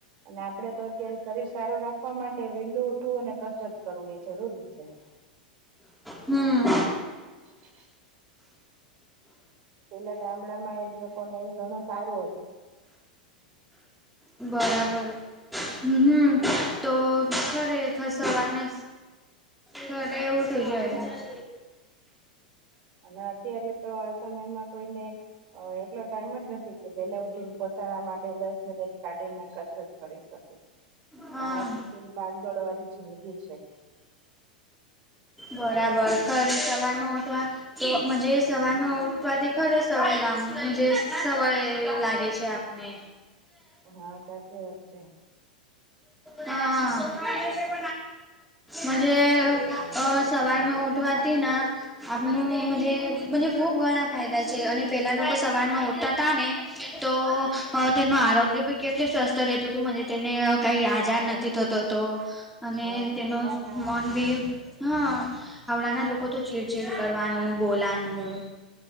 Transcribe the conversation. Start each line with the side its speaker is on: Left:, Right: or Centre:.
Right: અને આપડે તો, અત્યારે શરીર સારું રાખવા માટે, વેલું ઉઠવું અને કસરત કરવું એ જરૂરી છે.
Centre: હમ
Right: હ <inaudible> પેલા ગામડામાં એમ લોકોને એ ઘણું સારું હતું,
Centre: બરાબર. હું હું.
Right: નહીં,
Centre: તો ખરેખર સવાર મે ખરે ઉઠું જોઈએ.
Right: અને અત્યારે, તો આ સમયમાં કોઈને, અ એટલો ટાઈમ જ નથી કે વેલા ઉઠીને પોતાના માટે, કે દસ મિનિટ કાઢીને કસરત કરી શકે.
Centre: હા
Right: આખી ભાગ-દોડ વાળી જિંદગી છે.
Centre: બરાબર. ખર સવારનું ઉઠવાનું તો મઝે, સવારમાં ઉઠવાથી ખરે સવાર લઈને સવાય લાગે છે, આપ ને.
Right: હા, સાચી વાત છે.
Centre: હમ્મ. મઝે અ સવાર મેં ઉઠવાથી ના, આપનું મઝે, મઝે ખૂબ ઘણા ફાયદા છે. અને પેલા લોકો સવારમાં ઉઠતા તા ને, તો તેનું આરોગ્ય ભી કેટલું સ્વસ્ત રહેતું હતું. મઝે તેને કંઈ
Right: હા
Centre: આજાર નથી થતો તો, અને
Right: હા
Centre: તેનો
Right: પેલાના
Centre: મન ભી હમ્મ. હમણાના લોકો તો ચીડચીડ કરવાનું, બોલાનું,